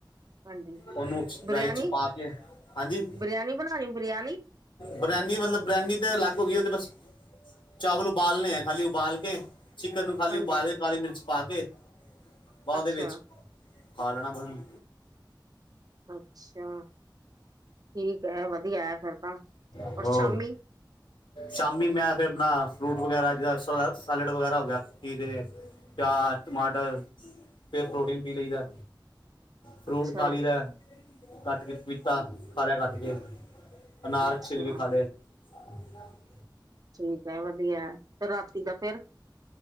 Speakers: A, on the right; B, on the left.
A: ਹਾਂਜੀ
B: ਉਹਨੂੰ
A: ਬਰਿਆਨੀ
B: ਰਾਈਸ 'ਚ ਪਾ ਕੇ ਹਾਂਜੀ।
A: ਬਰਿਆਨੀ ਬਣਾਣੀ ਬਰਿਆਨੀ
B: ਬਰਿਆਨੀ ਮਤਲਬ ਬਰਿਆਨੀ ਤੇ ਅਲੱਗ ਹੋ ਗਈ ਉਹ ਤੇ ਬਸ ਚਾਵਲ ਉਬਾਲਣੇ ਆ ਖਾਲੀ ਉਬਾਲ ਕੇ ਚਿਕਨ ਨੂੰ ਖਾਲੀ
A: ਹਾਂਜੀ
B: ਉਬਾਲ ਕੇ ਕਾਲੀ ਮਿਰਚ ਪਾ ਕੇ ਉਹਦੇ
A: ਅੱਛਾ
B: ਵਿੱਚ ਬਾਲ ਲੈਣਾ ਫਿਰ ਓਨੂੰ।
A: ਅੱਛਾ ਠੀਕ ਐ ਵਧੀਆ ਫੇਰ ਤਾਂ ਹੋਰ
B: ਉਹ
A: ਸ਼ਾਮੀ
B: ਸ਼ਾਮੀ ਮੈਂ ਫੇਰ ਆਪਣਾ ਫਰੂਟ ਵਗੈਰਾ ਜਿ ਸੈਲਡ ਵਗੈਰਾ ਹੋ ਗਿਆ ਤੇ ਪਿਆਜ ਟਮਾਟਰ ਫੇਰ ਪ੍ਰੋਟੀਨ ਪੀ ਲਈ ਦਾ
A: ਅੱਛਾ
B: ਫਰੂਟ ਖਾ ਲਈ ਦਾ ਕੱਟ ਕੇ ਪਪੀਤਾ ਖਾ ਲਿਆ ਰੱਜ ਕੇ ਕੱਟ ਕੇ ਅਨਾਰ
A: ਅੱਛਾ
B: ਛਿਲ ਕੇ ਖਾ ਲਿਆ। ਹ <unintelligible>
A: ਠੀਕ ਐ ਵਧੀਆ ਰਾਤੀ ਦਾ ਫੇਰ